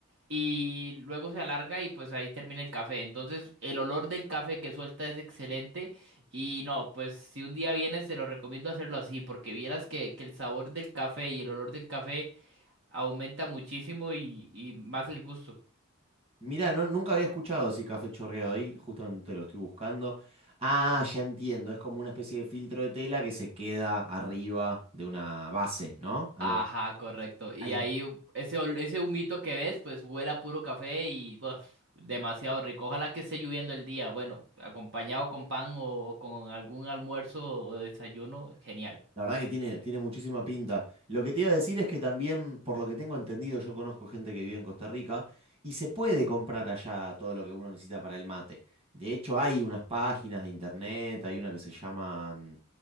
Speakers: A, on the right; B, on the right.
A: y luego se alarga y pues ahí termina el café. Entonces el olor del café que suelta es excelente y no, pues si un día vienes te lo recomiendo hacerlo así porque vieras que, que el sabor del café y el olor del café aumenta muchísimo y, y más el gusto.
B: Mirá, no, nunca había escuchado así café chorreado ahí, justamente lo estoy buscando. Ah, ya entiendo, es como una especie de filtro de tela que se queda arriba de una base, ¿no? Algo
A: Ajá, correcto. Y
B: así.
A: ahí u- ese, ol- ese humito que ves pues huele a puro café y buf, demasiado rico. Ojalá que esté lloviendo el día. Bueno, acompañado con pan o, o con algún almuerzo o desayuno, genial.
B: La verdad que tiene, tiene muchísima pinta. Lo que te iba a decir es que también, por lo que tengo entendido, yo conozco gente que vive en Costa Rica y se puede comprar allá todo lo que uno necesita para el mate. De hecho, hay unas páginas de internet, hay una que se llama mm,